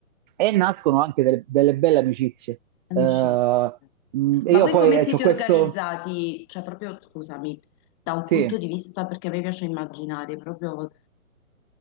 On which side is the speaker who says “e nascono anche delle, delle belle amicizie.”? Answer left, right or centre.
Right